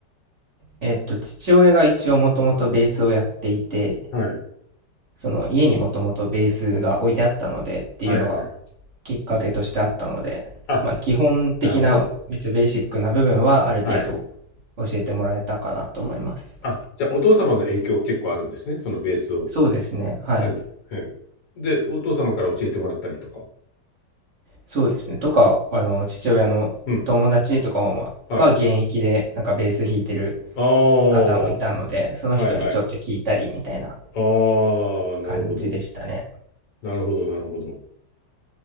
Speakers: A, on the right (about 50°); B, on the left (about 75°).
A: えっと、父親が一応もともとベースをやっていて、
B: はい。
A: その家にもともとベースが置いてあったのでっていうのが
B: はいはい。
A: きっかけとしてあったので、
B: あ、
A: まあ、基本的なめっちゃベーシックな部分はある程度
B: なるほど。はい。
A: 教えてもらえたかなと思います。
B: あ、じゃあ、お父様の影響結構あるんですね。そのベースを
A: そうですね。はい。
B: はじめ。はいで、お父様から教えてもらったりとか。
A: そうですね。とか、あの、父親の友達とかも、
B: うん。
A: まあは現役でなんかベース弾いてる
B: はい。ああ、
A: 方もいたので、
B: は
A: その人にちょっと聞いたりみたいな
B: いはい。ああ、なるほど。
A: 感じでしたね。
B: なるほど、なるほど。